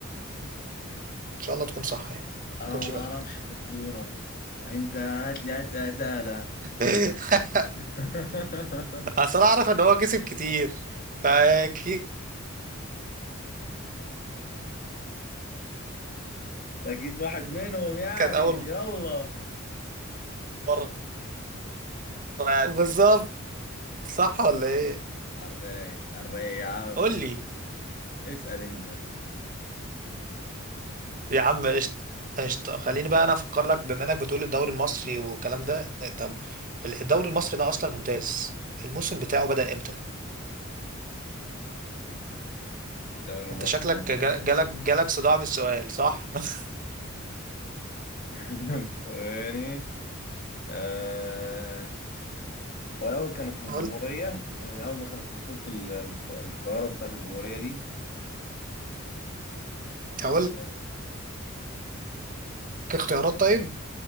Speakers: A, on the right; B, on the left.
A: شاء الله تكون صح يعني
B: انا
A: ما تكونش
B: ما بعرفش
A: بهبل
B: في الكورة انت هات لي اسئلة سهلة
A: <laughs>
B: <laughs>
A: اصل أنا اعرف ان هو كسب كتير فاكيد
B: اكيد واحد منهم يعني
A: كانت اول
B: يلا
A: مره يعني بالظبط صح ولا ايه
B: الراي الراي يا عم
A: قول لي
B: اسأل انت
A: يا عم قشطه قشطه خليني بقى انا افكر لك بما انك بتقول الدوري المصري والكلام ده طب الدوري المصري ده اصلا ممتاز الموسم بتاعه بدأ امتى
B: الدوري المصري
A: انت شكلك جا- جالك جالك صداع من السؤال صح <laughs>
B: <laughs> ثواني آه... هو الأول كان اسمه الجمهورية
A: أقول
B: يعني أول ما كان اسمه بطولة ال- القارة بتاعت الجمهورية دي
A: أقول لك
B: آه،
A: اختيارات طيب